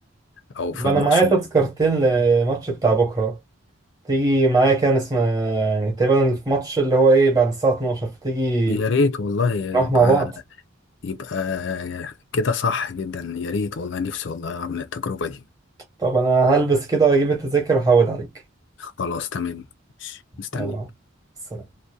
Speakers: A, on the left; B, on the right.
A: أو في
B: طب انا
A: المقصود
B: معايا تذكرتين لماتش بتاع بكره تيجي معايا كان اسمه يعني تقريبا الماتش اللي هو ايه بعد الساعه 12 تيجي
A: يا ريت والله يبقى
B: نروح مع بعض
A: يبقى كده صح جدا يا ريت والله نفسي والله أعمل التجربة دي
B: طب انا هلبس كده واجيب التذاكر واحود عليك
A: خلاص تمام ماشي. مستني
B: يلا السلام